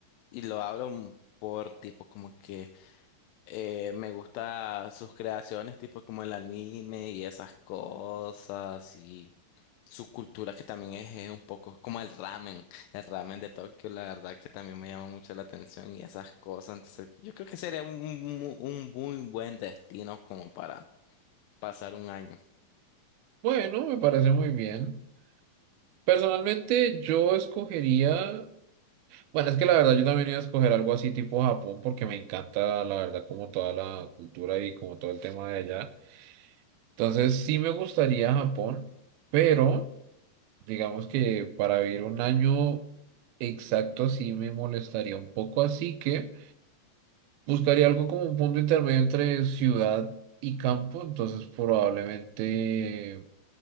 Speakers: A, on the left; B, on the right.
A: Y lo hablo m- por tipo como que eh, me gusta sus creaciones, tipo como el anime y esas cosas, y su cultura que también es, eh, un poco como el ramen, el ramen de Tokio, la verdad que también me llama mucho la atención y esas cosas. Entonces, yo creo que sería un, mu- un muy buen destino como para pasar un año.
B: Bueno, me parece muy bien. Personalmente, yo escogería Bueno, es que la verdad yo también iba a escoger algo así tipo Japón porque me encanta la verdad como toda la cultura y como todo el tema de allá. Entonces sí me gustaría Japón, pero digamos que para vivir un año exacto sí me molestaría un poco, así que buscaría algo como un punto intermedio entre ciudad y campo, entonces probablemente,